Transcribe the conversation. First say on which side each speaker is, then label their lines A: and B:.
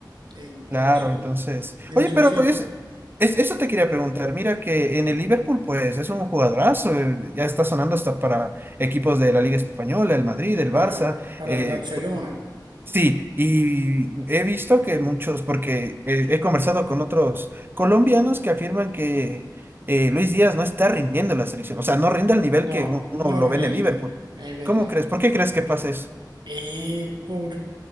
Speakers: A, on the right; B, on the right.
A: en, en
B: Claro,
A: su,
B: entonces.
A: en
B: Oye,
A: su
B: pero
A: cima,
B: es, es- eso te quería preguntar. Mira que en el Liverpool, pues es un jugadorazo. eh, Ya está sonando hasta para equipos de la Liga Española, el Madrid,
A: sí,
B: el
A: para,
B: Barça.
A: para
B: eh,
A: el Barcelona.
B: Sí, y he visto que muchos, porque eh, he conversado con otros colombianos que afirman que eh, Luis Díaz no está rindiendo en la selección, o sea, no rinde al nivel
A: No,
B: que uno
A: no
B: lo
A: rinde,
B: ve en el Liverpool.
A: es verdad.
B: ¿Cómo crees? ¿Por qué crees que pasa eso?
A: Eh, por,